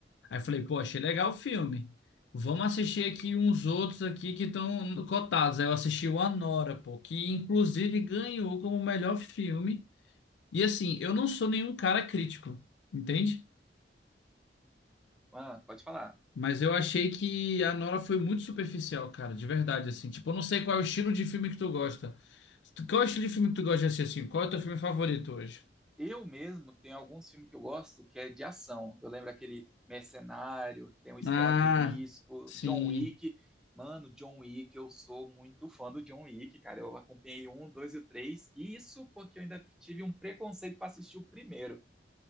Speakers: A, on the left (about 80°); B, in the centre.
A: Aí eu falei, pô, achei legal o filme. Vamos assistir aqui uns outros aqui que estão cotados. Aí eu assisti o Anora, pô, que inclusive ganhou como melhor filme. E assim, eu não sou nenhum cara crítico, entende?
B: Mano, pode falar.
A: Mas eu achei que a Nora foi muito superficial, cara, de verdade, assim. Tipo, eu não sei qual é o estilo de filme que tu gosta. Tu- Qual é o estilo de filme que tu gosta de assistir, assim? Qual é o teu filme favorito hoje?
B: Eu mesmo tenho alguns filmes que eu gosto que é de ação. Eu lembro aquele Mercenário, tem um esquema
A: Ah,
B: de risco,
A: sim.
B: John Wick. Mano, John Wick, eu sou muito fã do John Wick, cara. Eu acompanhei um, dois e o três. E Isso porque eu ainda tive um preconceito para assistir o primeiro.